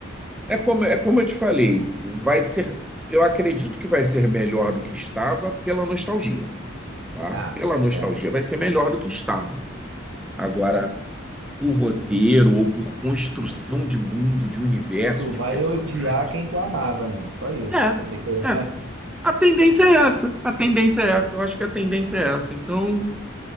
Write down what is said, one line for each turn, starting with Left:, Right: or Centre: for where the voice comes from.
Centre: É como, é como eu te falei, vai ser, eu acredito que vai ser melhor do que estava pela nostalgia, tá?
Right: Ah,
Centre: Pela nostalgia
Right: é.
Centre: vai ser melhor do que estava. Agora, por roteiro ou por construção
Right: Ah.
Centre: de mundo, de universo,
Right: Tu
Centre: de
Right: vai
Centre: personagens,
Right: odiar quem tu amava, né? Só isso.
Centre: é,
Right: Vai ter que. <laughs>
Centre: é. A tendência é essa. A tendência é essa. Eu acho que a tendência é essa. Então,